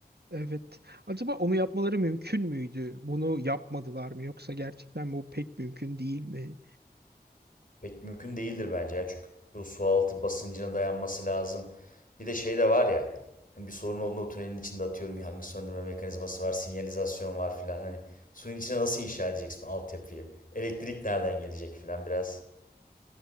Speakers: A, on the right; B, on the left.
A: Evet. Acaba onu yapmaları mümkün müydü? Bunu yapmadılar mı? Yoksa gerçekten bu pek mümkün değil mi?
B: Pek mümkün değildir bence ya. Çünkü o sualtı basıncına dayanması lazım. Bir de şey de var ya. Hani bir sorun olduğunda o tünelin içinde atıyorum yangın söndürme mekanizması var, sinyalizasyon var filan. Hani suyun içine nasıl inşa edeceksin o altyapıyı? Elektrik nereden gelecek filan biraz.